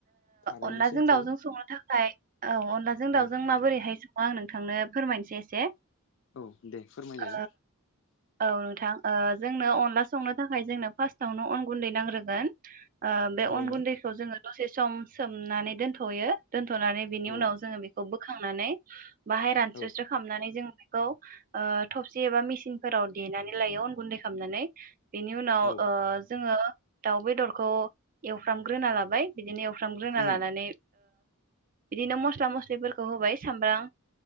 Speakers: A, on the left; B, on the right.
A: थारैनो
B: अनलाजों
A: सैथो
B: दाउजों संनो थाखाय खाय औ अनलाजों दाउजों
A: औ
B: माबोरैहाय आं नोंथांनो फोरमायनोसै एसे
A: औ दे फोरमायलाय
B: ओ औ नोंथां जोंनो अनला संनो थाखाय जोंनो फार्सटावनो अन गुन्दै नांग्रोगोन बे
A: थारैनो
B: अन गुन्दैखौ जोङो दसे सम सोमनानै दोनथ'यो दोन्थ'नानै बिनि
A: औ
B: उनाव जोङो बेखौ बो खांनानै बाहाय रानस्रोस्रो
A: औ
B: खालामनानै जों खौ थबसि एबा मेसिनफोराव देनानै लायो अन गुन्दै खालामनानै बेनि उनाव
A: औ
B: जोङो दाउ बेदरखौ एवफ्रामग्रोना लाबाय बिदिनो एवफ्राम फ्रामग्रोना
A: उम
B: लानानै बिदिनो मस्ला मस्लिफोरखौ होबाय सामब्राम